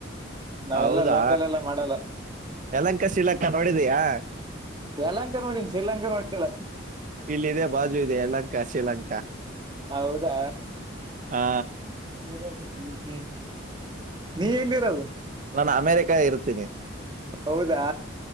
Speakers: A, on the right; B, on the right.
A: ನಾವೆಲ್ಲ
B: ಹೌದಾ
A: ಲೋಕಲ್ ಎಲ್ಲ ಮಾಡಲ್ಲ
B: ಯಲಂಕ ಶಿಲಂಕ ನೋಡಿದಿಯಾ.
A: ಯಲಹಂಕ ನೋಡಿನ ಶ್ರೀಲಂಕಾ ನೋಡಿಲ್ಲ.
B: ಇಲ್ಲಿದೆ ಬಾಜು ಇದೆ ಯಲಹಂಕಾ ಶ್ರೀಲಂಕಾ.
A: ಹೌದಾ.
B: ಹಾ.
A: <unintelligible> ನೀ ಎಲ್ಲಿರೋದು
B: ನಾನ ಅಮೆರಿಕಾ ಇರ್ತೀನಿ.
A: ಹೌದಾ